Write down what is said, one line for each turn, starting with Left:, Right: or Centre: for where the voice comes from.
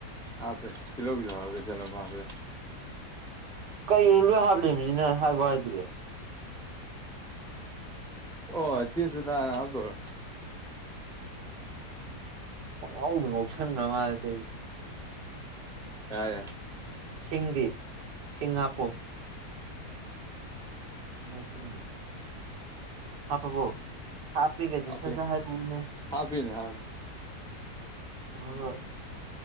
Centre: ꯍꯥꯞꯄꯦ ꯇꯤꯂꯧꯁꯨ ꯍꯥꯞꯄꯦ ꯆꯅꯝꯁꯨ ꯍꯥꯞꯄꯦ
Right: ꯀꯩꯅꯣ ꯂꯣꯏ ꯍꯥꯞꯂꯤꯕꯃꯤꯅꯤꯅ ꯍꯥꯏꯕ ꯍꯥꯏꯗ꯭ꯔꯤ
Centre: ꯑꯣ ꯇꯦꯁꯕꯇꯥ ꯍꯥꯞ ꯇꯣꯏ ꯔꯣ
Right: ꯄꯉꯥꯎꯗꯨꯣ ꯉꯧꯁꯟꯈ꯭ꯔ ꯃꯥꯜꯂꯦ ꯑꯇꯩꯗꯤ
Centre: ꯌꯥꯔꯦ
Right: ꯁꯤꯡꯗꯤ ꯁꯤꯡꯍꯥꯞꯄꯣ ꯃꯄꯅꯤ ꯍꯥꯞꯄꯕꯣ ꯍꯥꯄꯦꯀꯩꯅꯣ
Centre: ꯍꯥꯞꯄꯦ
Right: ꯁꯠꯁꯠ ꯍꯥꯏꯔꯛꯑꯣꯅꯦ
Centre: ꯍꯥꯞꯄꯦꯅꯦ ꯍꯥꯞꯄꯦ
Right: ꯍ ꯍꯣꯏ